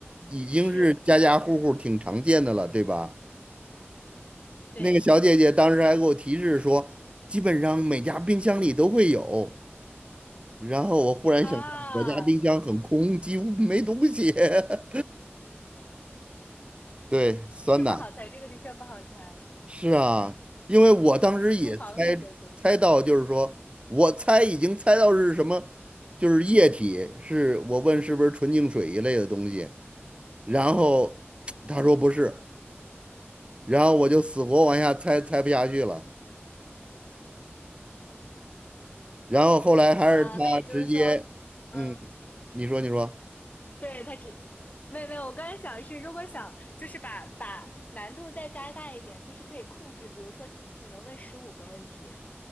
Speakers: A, on the right; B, on the left.
A: 已经是家家户户挺常见的了，
B: 是，
A: 对吧？
B: 对。
A: 那个小姐姐当时还给我提示说，基本上每家冰箱里都会有。然后我忽然想到，
B: 啊，
A: 我家冰箱很空，几乎没东西。<laughs> 对，酸奶。
B: 是不好猜，这个的确不好猜。
A: 是啊，
B: 哎呦，
A: 因为我当时也猜猜到，
B: 厨房里的东西
A: 就是说我猜已经猜到是什么，就是液体，是我问是不是纯净水一类的东西，然后他说不是，然后我就死活往下猜猜不下去了，然后后来还是他直接，
B: 啊，那也就是说，嗯，
A: 嗯，你说你说，
B: 对，它只，没有没有，我刚才想的是，如果想就是把把难度再加大一点，其实可以控制，比如说只能问十五个问题，